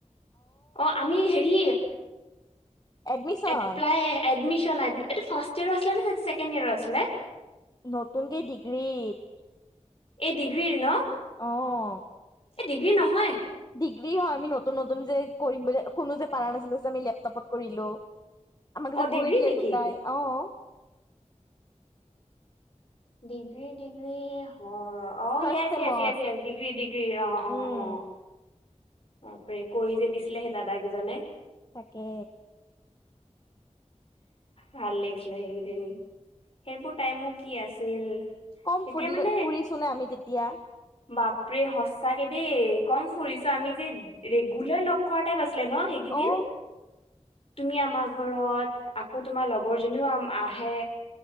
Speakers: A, on the left; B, on the left.
A: অ আমি হেৰি
B: এডমিচন
A: এপলাই- এডমিশন এডম এইটো ফাষ্ট ইয়েৰ আছিলে ছেকেণ্ড ইয়েৰ আছিলে?
B: নতুনকে ডিগ্ৰীত-
A: এই ডিগ্ৰীৰ ন।
B: অঁ'
A: এ ডিগ্ৰী নহয়।
B: ডিগ্ৰী হয় আমি নতুন নতুন যে কৰিম বুলি- কোনো যে পাৰা নাছিলো যে আমি লেপটপত কৰিলো। আমাক
A: অ
B: যে
A: ডিগ্ৰী
B: কৈ দিয়ে
A: নেকি
B: দুটাই অঁ'
A: ডিগ্ৰী ডিগ্ৰী হয় অঁ
B: ফাৰ্ষ্ট
A: য়েছ
B: চেমত
A: য়েছ য়েছ য়েছ ডিগ্ৰী ডিগ্ৰী অঁ
B: উম
A: অঁ। অঁ প্ৰে কৰি যে দিছিলে সেই দাদা গিজনে।
B: তাকে,
A: ভাল লাগিছিলে সেইগেইদিন সেইবোৰ টাইমো কি আছিল?
B: কম
A: তেতিয়া
B: ফুৰিলো
A: মানে
B: ফুৰিছো নে আমি তেতিয়া।
A: বাপৰে সচাকে দেই কম ফুৰিছো আমি যে ৰেগুলাৰ লগ- কৰ টাইপ আছিলে ন সেইগেইদিন
B: অ
A: তুমি আমাক- ঘৰত আকৌ তোমাৰ লগৰজনীও আম আহে।